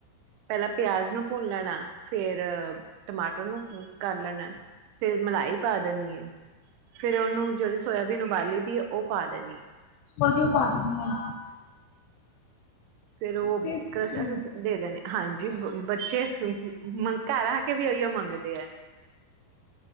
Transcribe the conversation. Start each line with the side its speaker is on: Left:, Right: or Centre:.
Right: ਪਹਿਲਾਂ ਪਿਆਜ਼ ਨੂੰ ਭੁੰਨ ਲੈਣਾ ਫੇਰ ਟਮਾਟਰ ਨੂੰ ਕ ਕਰ ਲੈਣਾ। ਫੇਰ ਮਲਾਈ ਪਾ ਦੇਣੀ ਆ। ਫੇਰ ਉਹਨੂੰ ਜਿਹੜ ਸੋਇਆਬੀਨ ਉਬਾਲੀ ਪੀ ਔ, ਪਾਦਨੀ
Left: ਲ ਕਿਉਂ ਪਾ ਦੇਦੀ ਆ।
Right: ਫੇਰ ਉਹ
Left: ਟੇਸਟ
Right: ਕਰ
Left: ਹੁੰਦੀ
Right: ਅਸੀਂ
Left: ਹੈ
Right: ਦੇ ਦੇ ਹਾਂਜੀ ਬੱਚੇ ਘਰ ਆ ਕੇ ਵੀ ਉਹੀਓ ਮੰਗਦੇ ਆ।